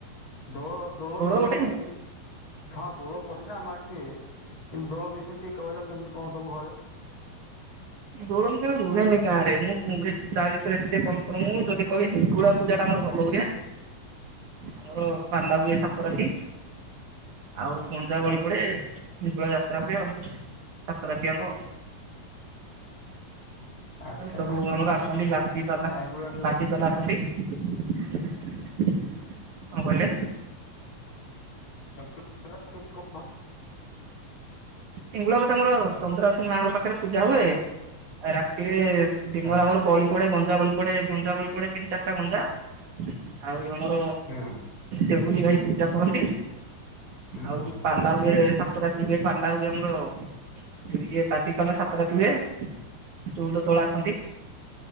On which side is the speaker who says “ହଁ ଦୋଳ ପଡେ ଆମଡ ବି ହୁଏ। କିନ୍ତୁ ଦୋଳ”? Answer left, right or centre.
Left